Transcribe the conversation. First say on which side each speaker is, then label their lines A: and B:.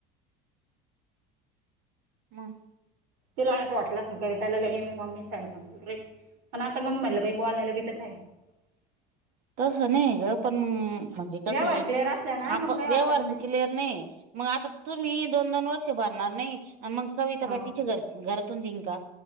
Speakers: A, on the right (about 55°); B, on the right (about 75°).
A: मंग.
B: तिला असं वाटलं असल कविताला लगे मी मम्मीच सांग रे पण आता मग म्हटलं बाई बोलायला भी तर काय? <inaudible>
A: तसं नाही ग पण अअ म्हणजे
B: व्यवहार
A: कसये
B: क्लिअर असला ना
A: आप
B: मग काही
A: व्यवहारच
B: वाटत नाही.
A: क्लियर नाहीये. मग आता तुम्ही दोन दोन वर्ष भरणार नाही मंग कविता
B: हाव.
A: काय तिच्या घर घरातून देईन का?